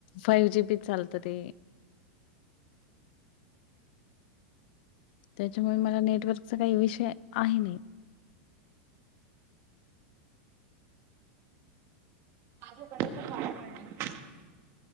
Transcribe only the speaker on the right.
माझ्याकडे पण वायफाय आहे.